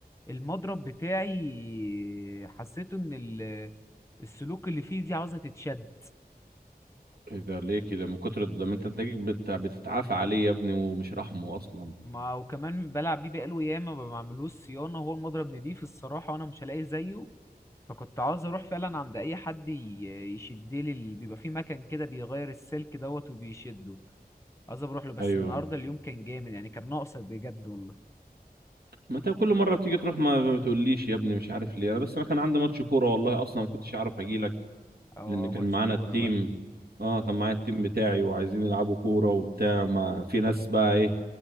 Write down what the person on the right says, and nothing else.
ايه ده ليه كده من كتر ده ما انت تلاقيك بت... بتتعافى عليه يا ابني ومش رحمه اصلا
ايوه
ما انت كل مره بتيجي تروح ما ما بتقوليش يا ابني مش عارف ليه انا بس انا كان عندي ماتش كوره والله اصلا ما كنتش عارف اجي لك
لان كان
معانا
التيم
اه
كان معايا التيم بتاعي وعايزين يلعبوا كوره وبتاع ما في ناس بقى ايه,